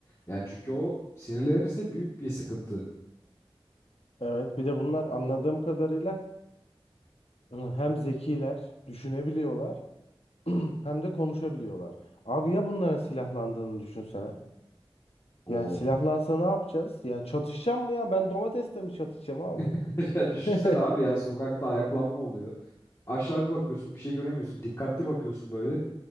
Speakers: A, on the left; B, on the left.
A: Yani çünkü o sinirlenirse büyük bir sıkıntı.
B: Evet, bir de bunlar anladığım kadarıyla hem zekiler, düşünebiliyorlar. <clears throat> hem de konuşabiliyorlar. Abi ya bunların silahlandığını düşünsene.
A: Oo.
B: Yani silahlansa ne yapacağız? Yani çatışacağım mı ya? Ben domatesle mi çatışacağım abi?
A: <laughs> Ya düşünsene
B: <laughs>
A: abi ya sokakta ayaklanma oluyor. Aşağı bir bakıyorsun bir şey göremiyorsun. Dikkatli bakıyorsun böyle.